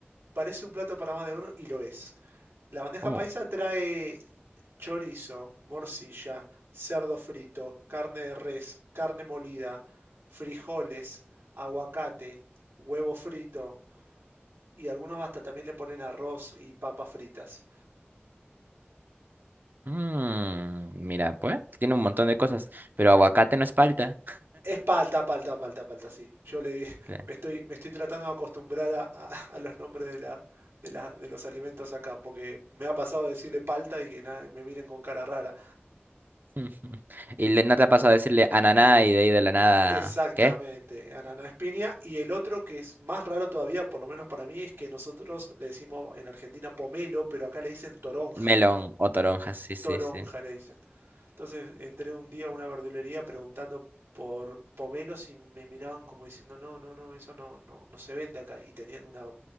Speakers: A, on the right; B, on the right.
A: Parece un plato para más de uno y lo es. La bandeja
B: Oh.
A: paisa trae Chorizo, morcilla, cerdo frito, carne de res, carne molida, frijoles, aguacate, huevo frito y algunos hasta también le ponen arroz y papas fritas.
B: Mm, mira, pues, tiene un montón de cosas, pero aguacate no es palta.
A: Es palta, palta, palta, palta, sí. Yo le <laughs>
B: Claro.
A: me estoy, me estoy tratando de acostumbrar a, a- a los nombres de la, de la- de los alimentos acá, porque me ha pasado de decirle palta y que nada, me miren con cara rara.
B: <laughs> Y le- no te ha pasado a decirle ananá y de ahí de la nada,
A: Exactamente,
B: ¿qué?
A: ananá es piña. Y el otro que es más raro todavía, por lo menos para mí, es que nosotros le decimos en Argentina pomelo, pero acá le dicen toronja.
B: Melón o toronjas, sí, sí,
A: Toronja
B: sí.
A: le dicen. Entonces entré un día a una verdulería preguntando por pomelos y me miraban como diciendo, no, no, no, eso no, no, no se vende acá. Y tenían una